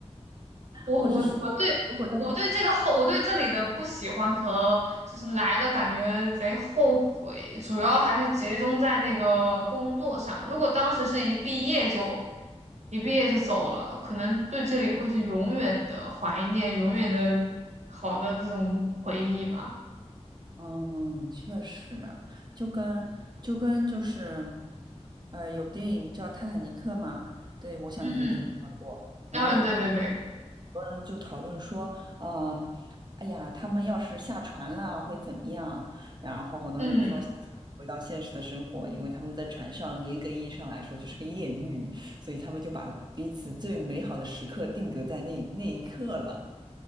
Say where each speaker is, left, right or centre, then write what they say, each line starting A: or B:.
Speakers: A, on the right (about 70°); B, on the right (about 40°).
A: 我我我对我对这个后我对这里的不喜欢和就是来了感觉贼后悔，
B: 或者是说，如果到你
A: 主要还是集中在那个工作上。如果当时是一毕业就一毕业就走了，可能对这里会是永远的怀念，永远的好的这种回忆吧。
B: 嗯，确实，就跟就跟就是，呃，有部电影叫《泰坦尼克》嘛，对，我想你一定看过。
A: 嗯嗯，
B: 然后很
A: 嗯，对对对，
B: 多人就讨论说，嗯，哎呀，他们要是下船了会怎么样？然后很多人就说下船回到现实的生活，
A: 嗯
B: 因为他们在船上严格意义上来说就是个艳遇，所以他们就把彼此最美好的时刻定格在那那一刻了。